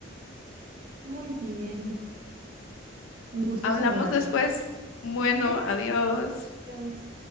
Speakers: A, on the right; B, on the left.
A: Muy bien, un gusto
B: Hablamos
A: saludarte.
B: después. Bueno,
A: Muy bien,
B: adiós.
A: adiós.